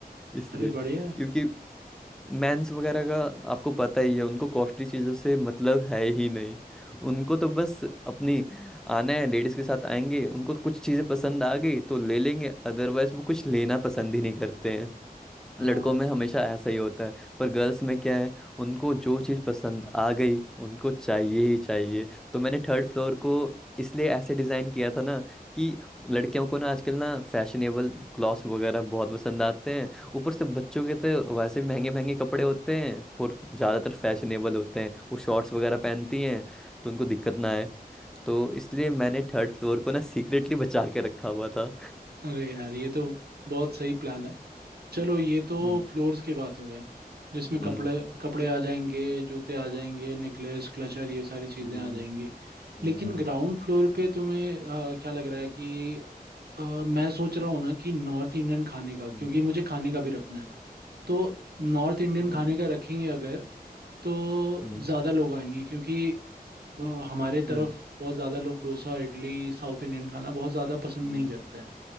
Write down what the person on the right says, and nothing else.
अरे बढ़िया है।
हाँ
अरे यार ये तो बहुत सही प्लान है चलो ये तो
फ्लोर्स की बात हो गए जिसमें
कपड़े कपड़े आ जाएंगे जूते आ जाएंगे नेकलेस क्लचर ये सारी चीजें
आ जाएंगी
लेकिन ग्राउंड फ्लोर पे तुम्हें अ, क्या लग रहा है कि अ, मैं सोच रहा हूँ ना कि नॉर्थ इंडियन खाने का क्योंकि
मुझे खाने का भी रखना है तो नॉर्थ इंडियन
खाने का रखेंगे अगर तो
ज्यादा लोग आएंगे क्योंकि अ, हमारे
तरफ बहुत ज्यादा लोग डोसा इडली साउथ इंडियन खाना बहुत ज्यादा
पसंद नहीं करते हैं